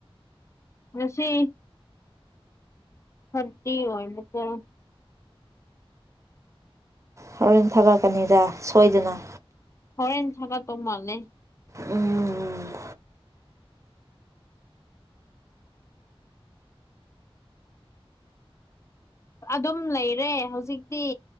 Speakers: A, on the left; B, on the right.
A: ꯉꯁꯤ ꯐꯗꯤꯤ ꯑꯣꯏꯠꯇ
B: ꯍꯣꯔꯦꯟ ꯊꯥꯒꯠꯛꯀꯅꯤꯗ ꯁꯣꯏꯗꯅ
A: ꯍꯣꯔꯦꯟ ꯊꯂ ꯇꯧꯃꯜꯂꯦ
B: ꯎꯝ
A: ꯑꯗꯨꯝ ꯂꯩꯔꯦ ꯍꯧꯖꯤꯛꯇꯤ